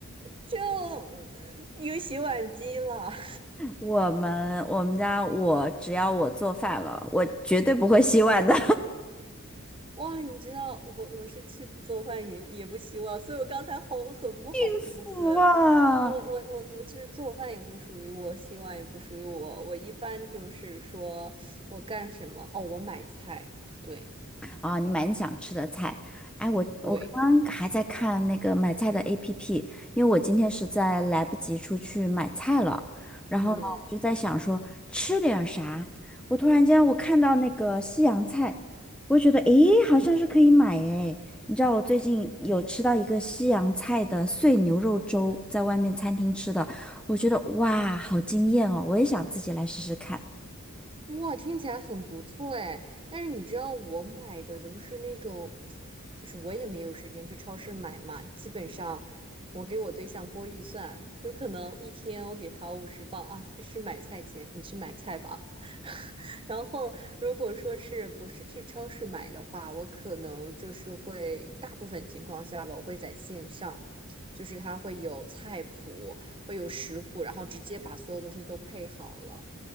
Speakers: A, on the right; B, in the centre.
A: 就嗯有洗碗机了。<laughs>
B: 我们我们家我只要我做饭了，我绝对不会洗碗的。
A: 哇，你知道我我是既不做饭也也不洗碗，所以我刚才好很不好意思。
B: <laughs> 哇，
A: 我我我我就是做饭也不属于我，洗碗也不属于我。我一般就是说我干什么哦，我买菜，对
B: 啊，你蛮想吃的菜。哎，我我刚刚还在看那个买菜的
A: 对，
B: APP，因为我今天实在来不及出去买菜了。然后呢，
A: 嗯。
B: 我就在想说吃点啥。我突然间我看到那个西洋菜，我觉得诶，好像是可以买诶。你知道我最近有吃到一个西洋菜的碎牛肉粥，在外面餐厅吃的，我觉得哇，好惊艳哦！我也想自己来试试看。
A: 哇，听起来很不错哎，但是你知道我买的都是那种，就是我也没有时间去超市买嘛，基本上我给我对象拨预算，就可能一天我给他五十磅啊，这是买菜钱，你去买菜吧。<laughs> 然后如果说是不是去超市买的话，我可能就是会大部分情况下吧，我会在线上，就是它会有菜谱，会有食谱，然后直接把所有东西都配好了。